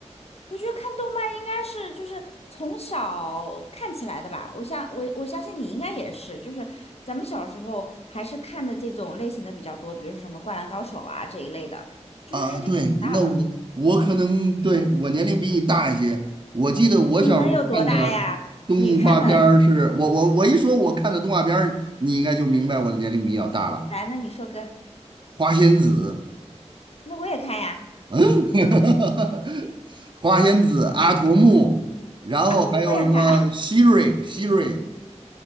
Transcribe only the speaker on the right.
啊，对，那我我可能对我年龄比你大一些。我记得我小时候看的
动画片儿是，
我我我一说我看的动画片儿，你应该就明白我的年龄比较大了。
花仙子，
嗯，<laughs> 花仙子、阿童木，然后还有什么希瑞、
希瑞、